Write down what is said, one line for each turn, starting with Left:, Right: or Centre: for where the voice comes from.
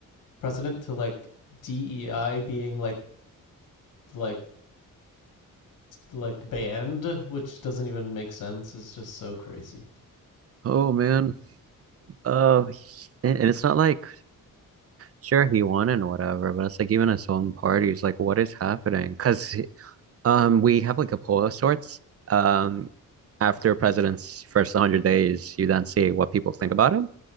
Left: president to like DEI being like, like, like banned, which doesn't even make sense, is just so crazy.
Right: Oh man. Uh he- and and it's not like Sure, he won and whatever, but it's like even his own parties, like what is happening? Because um, we have like a poll of sorts. Um, after a president's first 100 days, you then see what people think about him.